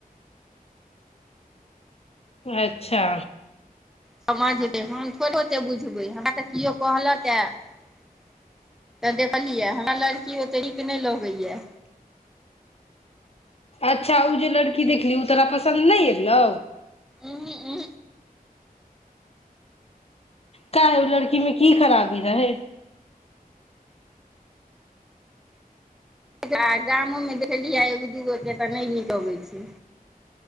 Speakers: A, on the left (about 40°); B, in the centre.
A: अच्छा
B: समझबै हम थोड़े ओतेक बुझबै हमरा तऽ किओ कहलक हए तऽ देखलियै हमरा लड़की ओतेक नीक नइ लगै य
A: अच्छा उ जे लड़की देखली उ तोरा पसन्द नइ अयलौ
B: उहूं उहूं
A: काहे उ लड़की मे की खराबी रहै
B: आ गामोमे देखलियै एगो दूगोके तऽ नइ नीक अबैत छै